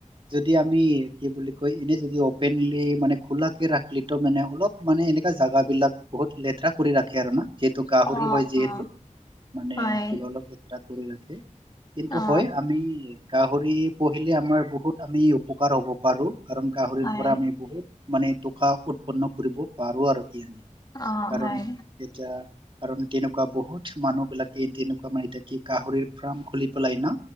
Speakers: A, on the right (about 40°); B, on the left (about 30°).
A: যদি আমি কি বুলি কয়, এনে যদি অপেনলি মানে খোলাকে ৰাখলি ত মানে অলপ মানে এনেকা জাগা বিলাক বহুত লেতেৰা কৰি ৰাখে আৰু না যিহেতু গাহৰি
B: অ
A: হয় যিহেতু।
B: অ
A: মানে
B: হয়
A: কিবাঅলপ লেতেৰা কৰি ৰাখে কিন্তু টো
B: অ
A: হয় আমি গাহৰি পুহিলে আমাৰ বহুত আমি উপকাৰ হ'ব পাৰো। কাৰণ গাহৰিৰ
B: হয়
A: পৰা আমি বহুত মানে টকা উৎপন্ন কৰিব পাৰো আৰু।
B: অ
A: কাৰণ
B: হয়
A: এতিয়া কাৰণ তেনেকুৱা বহুত মানুহ বিলাকে তেনেকুৱা মাই এতিয়া কি গাহৰিৰ ফাৰ্ম খুলি পেলাই ন।